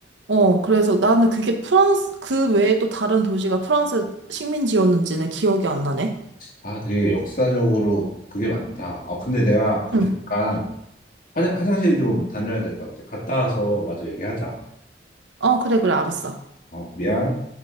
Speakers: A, on the right (about 80°); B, on the left (about 50°).
A: 어, 그래서 나는 그게 프랑스, 그 외에 또 다른 도시가 프랑스 식민지였는지는 기억이 안 나네.
B: 아 되게 역사적으로 그게 많다. 아 근데 내가 그
A: 응.
B: 잠깐 화장, 화장실 좀 다녀야 될 것 같아. 갔다 와서 마저 얘기하자.
A: 어, 그래, 그래, 알았어.
B: 어, 미안.